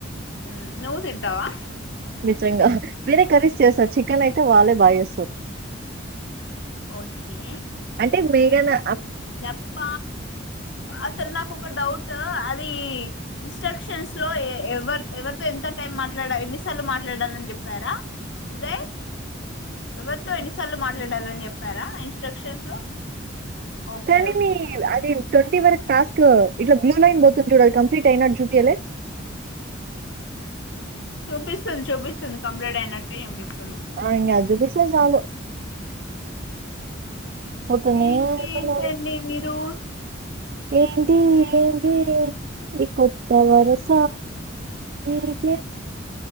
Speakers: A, on the left; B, on the right.
A: ఉమ్ నువ్వు తింటావా
B: నిజంగా వేనేే కర్రీస్ చేస్తారు చికెన్ అయితే వాళ్ళే బాగా చేేస్తారు
A: ఓకే
B: అతే మేఘనా
A: దప్ప అసలు నాకు ఒక డౌట్ అది ఇన్స్ట్రక్షన్స్ లో ఎవ ఎవరితో ఎంత టైం మాట్లాడ ఎన్నిసార్లు మాట్లాడాలని చెప్పారా ఉదయ్ ఎవరితో ఎన్నిసార్లు మాట్లాడాలని చెప్పారా ఇన్స్ట్రక్షన్స్ లో ఓకే
B: కానీ
A: ఓకే
B: మీ అది ట్వీ వర్ టాస్క్ ఇ బ్లూలైన్ బతుడాల కంప్లీట్ అయినా జూపి
A: చూపిస్తుంది చూపిస్తుంది కంప్లీట్ అయినట్టటు చంపిస్తుంది
B: ఆ అజు విశేషాలు పోతూనే
A: ఇంకేంటండి
B: ఉన్నది
A: మీరు
B: ఏంటి ఏంటి ఇకత్త వరుస మీగ